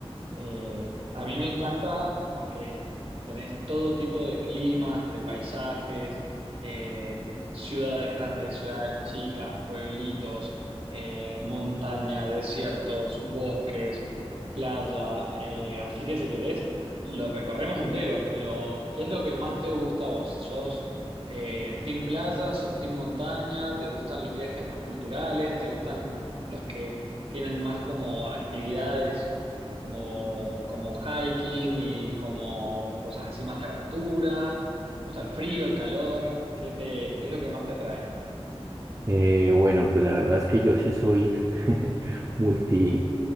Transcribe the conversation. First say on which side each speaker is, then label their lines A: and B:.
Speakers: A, on the right; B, on the right.
A: Eh, a mí me encanta porque tenés todo tipo de climas, de paisajes, eh, ciudades grandes, ciudades chicas, pueblitos, eh, montaña, desiertos, bosques, playa. eh, así que si querés, lo recorremos entero, pero ¿qué es lo que más te gusta a vos? ¿Sos eh, team playa, sos team montaña? ¿Te gustan los viajes más culturales? ¿Te gustan los que tienen más como actividades? como, como hiking y como cosas así más de aventura. ¿Te gusta el frío, el calor? ¿Qué te, qué es lo que más te atrae?
B: Eh, bueno, pues la verdad es que yo sí soy <laughs> multi.